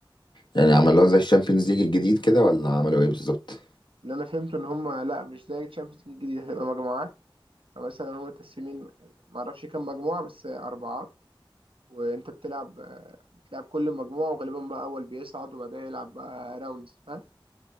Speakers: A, on the left; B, on the right.
A: يعني عملوها زي الشامبيونز ليج الجديد كده ولا عملوا ايه بالظبط
B: اللي انا فهمته ان هم لا مش زي الشامبيونز ليج الجديده هتبقى مجموعات فمثلا هم متقسمين معرفش كام مجموعه بس اربعات وانت بتلعب آه، بتلعب كل مجموعه وغالبا بقى اول بيصعد وبعدها يلعب بقى راوندز فاهم